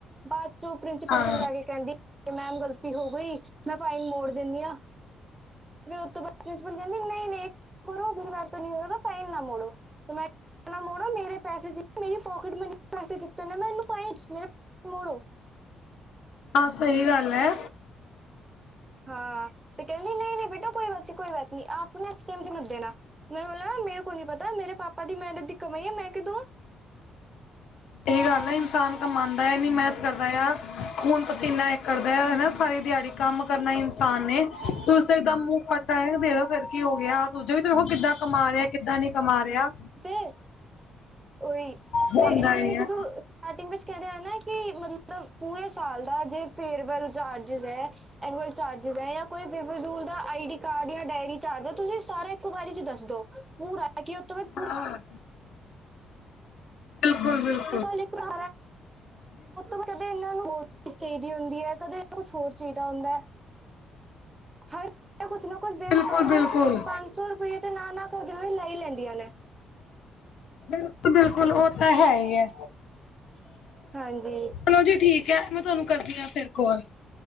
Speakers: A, on the right (about 20°); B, on the left (about 70°).
A: ਬਾਅਦ ਚ ਉਹ ਪ੍ਰਿੰਸੀਪਲ
B: ਹਾਂ
A: ਕੋਲ ਜਾ ਕੇ ਕਹਿੰਦੀ ਮੈਮ ਗਲਤੀ ਹੋ ਗਈ। ਮੈਂ ਫਾਈਨ ਮੋੜ ਦਿੰਣੀ ਆ ਫਿਰ ਕਹਿੰਦੀ ਨਹੀ-ਨਹੀ ਕਰੋ ਅਗਲੀ ਵਾਰ ਤੋਂ ਨੀ ਫਾਈਨ ਨਾ ਮੋੜੋ ਮੈਂ ਨਾ ਮੋੜੋ ਮੇਰੇ ਪੈਸੇ ਸੀ ਮੇਰੀ ਪੋਕਿਟ ਮਨੀ ਪੈਸ ਦਿੱਤੇ ਨੇ ਮੈਨੂੰ ਪਮੇ ਮੋੜੋ
B: ਆਹ ਸਹੀ ਗੱਲ ਐ।
A: ਹਾਂ ਤੇ ਕਹਿੰਦੀ ਨਹੀ-ਨਹੀ ਬੇਟਾ ਕੋਈ ਬਾਤ ਨੀ-ਕੋਈ ਬਾਤ ਨੀ ਆਪ ਨਾ ਐਕਸਚੈਂਜ ਮਤ ਦੇਣਾ। ਮੈਨੇ ਬੋਲਾਂ ਮੇਰੇ ਕੋਲ ਨੀ ਪਤਾ ਮੇਰੇ ਪਾਪਾ ਦੀ ਮਿਹਨਤ ਦੀ ਕਮਾਈ ਆ ਮੈਂ ਕਿੳ ਦੋਂ।
B: ਇਹ ਗੱਲ ਹੈ ਇਨਸਾਨ ਕਮਾਉਦਾ ਨੀ ਮਿਹਨਤ ਕਰਦਾ ਯਾਰ ਖੂਨ ਪਸੀਨਾ ਇੱਕ ਕਰਦਾ ਹਨਾ ਸਾਰੇ ਦਿਹਾੜੀ ਕੰਮ ਕਰਨਾ ਇਨਸਾਨ ਨੇ ਦੂਸਰੇ ਦਾ ਮੂੰਹ ਖੱਟ ਕ ਦੇਖੋ ਫਿਰ ਕੀ ਹੋ ਗਿਆ ਦੂਜਾ ਵੀ ਤੇ ਉਹ ਕਿੱਦਾਂ ਕਮਾ ਰਿਐ ਕਿੱਦਾ ਨਹੀਂ ਕਮਾ ਰਿਹਾ।
A: ਤੇ ਉਏ
B: ਹੁੰਦਾ
A: ਤੇ ਇਹ ਨੂੰ
B: ਹੀ ਹੈ
A: ਜਦੋਂ ਸਟੇਅਰਿੰਗ ਵਿਚ ਕਹਿ ਰਹੇ ਕਿ ਮਤਲਬ ਮਤਲਬ ਪੂਰੇ ਸਾਲ ਦਾ ਜੇ ਫੇਅਰਵੈੱਲ ਚਾਰਜਿਸ ਹੈ। ਨਾਲ ਚਾਰਜਿਜ ਕੋਈ ਬੇਬੂ ਦਾ ਆਈ ਡੀ ਕਾਰਡ ਡੇਰੀ ਚਾਰਜ ਹੈ ਤੁਸੀਂ ਸਾਰਾ ਇੱਕੋ ਬਾਰੀ ਚ ਦੱਸ ਦੋ। ਭੂਰਾ ਕਿ ਉਹ ਤੋਂ ਪੂਰਾ
B: ਹਾਂ ਬਿਲਕੁੱਲ ਬਿਲਕੁੱਲ
A: ਉਹ ਤੋਂ ਪਤਾ ਇਹ ਨੂੰਾਹੀ <unintelligible> ਹੁੰਦੀ ਹੈ ਕਦੇ ਕੁੱਛ ਹੋਰ ਚਾਹੀਦਾ ਹੁੰਦਾ ਹਰ ਕੁੱਛ ਨਾ ਕੁੱਝ ਬੇ
B: ਬਿਲਕੁਲ ਬਿਲਕੁਲ
A: ਪੰਜਸੌ ਰੁਪਈਏ ਤੇ ਨਾ ਨਾ ਕਰਦੇ ਹੋਏ ਲੈ ਲੈਂਦੀਆਂ ਨੇ
B: ਬਿਲਕੁੱਲ ਬਿਲਕੁੱਲ ਉਹ ਤਾਂ ਹੈ ਹੀ ਹੈ
A: ਹਾਂਜੀ
B: ਚਲੋ ਜੀ ਠੀਕ ਹੈ ਮੈਂ ਤੁਹਾਨੂੰ ਕਰਦੀ ਹੈ ਫਿਰ ਕੋਲ।